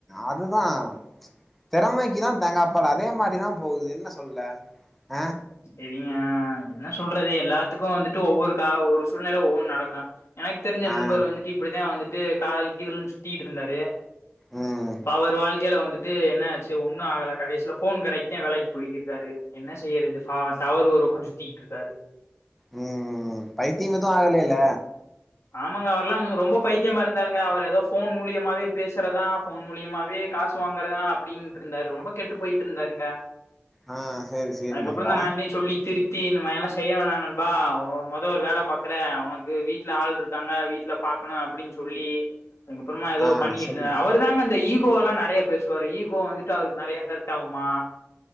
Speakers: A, in the centre; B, on the left.
A: அதுதா திறமைக்குதா தேங்கா அப்பால அதே மாரிதா போகுது என்ன சொல்ல ஆ
B: செரிங்க என்ன சொல்றது எல்லாத்துக்கு வந்துட்டு ஒவ்வொரு கா ஒவ்வொரு சூழ்நில ஒவ்வொன்னு நடக்கு எனக்கு தெரிஞ்ச
A: ஆ
B: நண்பர் வந்துட்டு இப்பிடிதா வந்து ட்டு காதல் கீதல்னு சுத்திட்டு இருந்தாரு
A: ம்
B: இப்ப அவரு வாழ்க்கையில வந் துட்டு என்னாச்சு ஒண்ணு ஆகல கடைசில ஃபோன் கடைக்குத்தே வேலைக்கு போய்க்கிருக்காரு என்ன செய்யறது பாவோ டவரு ஒரு பக்கோ சுத்திக்கிட்ருக்காரு
A: ம் பைத்தியம் எது ஆகல இல்ல
B: ஆமாங்க அவர்ல்லா மு ரொம்ப பைத்தியமா இருந்தாருங்க அவர் ஏதோ ஃபோன் மூலியமாவே பேசுறதா ஃபோன் மூலியாவே காசு வாங்குறதா அப்பிடின்ட்டு இருந்தாரு ரொம்ப கெட்டுப் போயிட்ருந்தாருங்க
A: ஆ சேரி சேரி
B: அதுக்கப்புறந்தா
A: நண்பா
B: நான்தே சொல்லி திரு த்தி இந்த மாரி எல்லா செய்ய வேணா நண்பா உ மொதோ ஒரு வேல பாக்கறே உனக்கு வீ ட்ல ஆள் இருக்காங்க வீட்ல பாக்கணு அப்பிடின் சொல்லி அதுக்கப்புறமா ஏதோ
A: ஆ
B: பண்ணிருக்காரு
A: சொல்லு
B: அவருதாங்க அந்த ஈ கோ எல்லா நெறைய பேசுவாரு ஈகோ வந்துட்டு அவருக்கு நெறைய ஹெர்ட் ஆகுமா